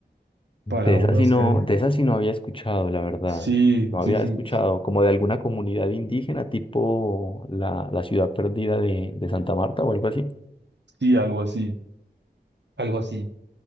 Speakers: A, on the left; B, on the right.
A: De
B: Para uno
A: esa sí
B: hacer,
A: no, de esa sí no había escuchado, la verdad.
B: sí,
A: No había
B: sí, sí,
A: escuchado como de alguna comunidad indígena, tipo la, la ciudad perdida de, de Santa Marta o algo así.
B: sí, algo así, algo así.